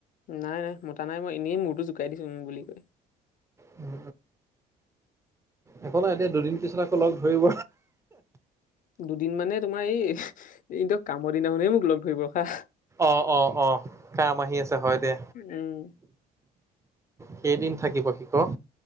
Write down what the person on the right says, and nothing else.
উম একো নাই দিয়া দুদিন পিছত আকৌ লগ ধৰিব
অ অ আহ কাম আহি আছে হয় দে
কেইদিন থাকিব সি কক